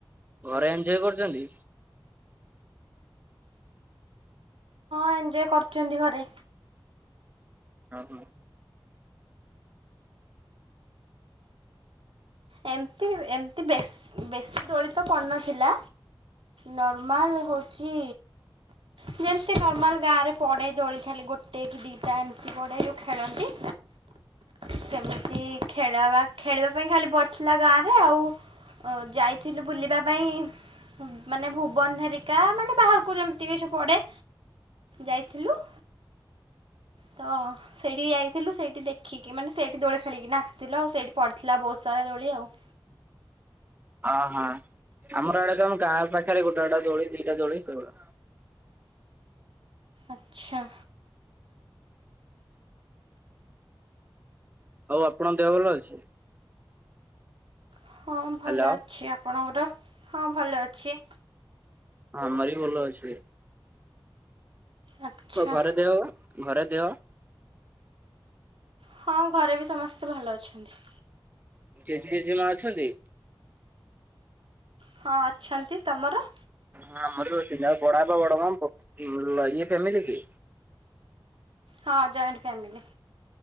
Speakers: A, on the right; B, on the right.
A: ଘରେ ଏଞ୍ଜୋୟ କରିଚନ୍ତି?
B: ଏଞ୍ଜୋୟ କରିଚନ୍ତି ଘରେ।
A: ଅ ହ।
B: ଏମିତି ଏମିତି ବେଶ ବେଶୀ ଦୋଳି ତ ପଡ଼ିନଥିଲା। ନର୍ମାଲ ହଉଛି। ଯେମିତି ନର୍ମାଲ ଗାଁରେ ପଡ଼େ ଦୋଳି ଖାଲି ଗୋଟେ କି ଦିଇଟା ଏମିତି ପଡ଼େ ଯଉ ଖେଳନ୍ତି। ସେମିତି ଖେଳବା ଖେଳିବା ପାଇଁ ଖାଲି ପଡିଥିଲା ଗାଁରେ ଆଉ। ଓ ଯାଇଥିଲୁ ବୁଲିବା ପାଇଁ। ଉଁ ମାନେ ଭୁବନ ହେରିକା ମାନେ ବାହାରକୁ ଯେମିତି କିଛି ପଡ଼େ। ଯାଇଥିଲୁ। ତ ସେଇଠି ଯାଇଥିଲୁ ସେଇଠି ଦେ ଦେଖିକି ମାନେ ସେଇଠି ଦୋଳି ଖେଳିକି ନା ଆସିଥିଲୁ ଆଉ ସେଇଠି ପଡ଼ିଥିଲା ବହୁତ ସାରା ଦୋଳି ଆଉ।
A: ଓହୋ ଆମର ଆଡେ ଯଉ ଆମ ଗାଁ ପାଖରେ ଗୋଟେ ଗୋଟେ ଦୋଳି ଦିଟା ଦୋଳି ସେ ଗୁଡା।
B: ଆଚ୍ଛା।
A: ଆଉ ଆପଣଙ୍କ ଦେହ ଭଲ ଅଛି?
B: ହଁ ଭଲ
A: ହ୍ୟାଲୋ
B: ଅଛି। ଆପଣଙ୍କର? ହଁ ଭଲ ଅଛି।
A: ହଁ ମୋର ବି ଭଲ ଅଛି।
B: ଆଚ୍ଛା
A: ଘରେ ଦେହ ପା ଘରେ ଦେହ।
B: ହଁ ଘରେ ବି ସମସ୍ତେ ଭଲ ଅଛନ୍ତି।
A: ଜେଜେ ଜେଜେମା ଅଛନ୍ତି?
B: ହଁ ଅଛନ୍ତି। ତମର?
A: ହଁ ଆମର ବି ଅଛନ୍ତି। ଆଉ ବଡ ବାପା ବଡ଼ ମା ବ ଉଁ ଆ ଈଏ ଫ୍ୟାମିଲି କି?
B: ହଁ ଜଏଣ୍ଟ ଫ୍ୟମିଲି।